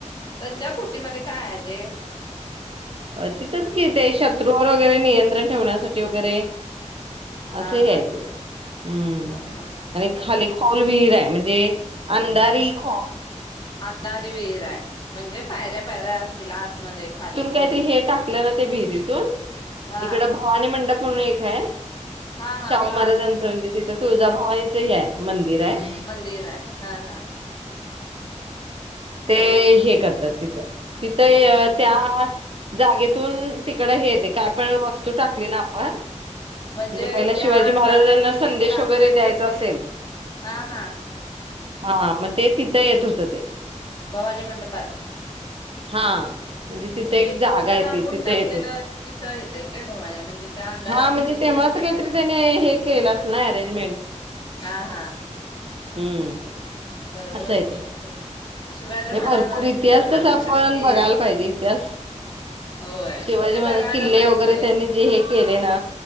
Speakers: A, on the left (about 35°); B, on the right (about 50°).
A: सच्या कुटीमध्ये काय आहे ते
B: अ तिथेच कि ते शत्रूवर वगैरे नियंत्रण ठेवण्यासाठी वगैरे
A: हा
B: असं ह
A: हा
B: आहे तिला हम्म
A: ह
B: आणि खाली खोल विहीर आहे म्हणजे ते अंदरही ख
A: अंधार विर आहे म्हणजे पायऱ्या पायऱ्या असतील आतमध्ये खाली खोल
B: कायतरी हेटा ना ते भहिरीतून
A: हा
B: इकड भवानी मंडप. कोण एक है
A: हा हा
B: शाहू
A: हा
B: महाराजांचं म्हणजे तिथं तुळजाभवानीच ह आहे मंदिर आहे
A: मंदिर हाय हा हा.
B: ते हे करतात तिथं तिथं त्या जागेतून तिकड हे येते काय पण वस्तू टाकली ना आपण
A: म्हणजे
B: पहिला
A: त्या
B: शिवाजी
A: अंधारे
B: महाराजांना
A: विहिरीत
B: संदेश
A: टाकलं
B: वगैरे द्यायचा
A: की ते
B: असेल
A: हा हा.
B: हा मग तिथं ते येत होतं.
A: भवानी मंडपात
B: हा. तिथे
A: म्हणजे
B: एक जागा
A: एवढ्या
B: आहे
A: लांबून
B: ती तिथे
A: टाकलेलं
B: येत होत
A: तिथं येतय ते भवाने म्हणजे त्या अंधऱ्या
B: हा म्हणजे
A: विहिरीतून
B: तेव्हाच
A: फेकायचं
B: काहीतरी त्याने हे केलंच ना अरेंजमेंट
A: हा हा.
B: हम्म.
A: बरोबर.
B: असं आहे ते
A: शिवाजी महाराजांची
B: नाही भरपूर इतिहास
A: कल्पना
B: कस आपण
A: शक्ती
B: बघायला पाहिजे इतिहास
A: होय
B: शिवाजी
A: ते बघायला
B: म किल्ले
A: पाहिजे
B: वगैरे त्यांनी जे हे केले ना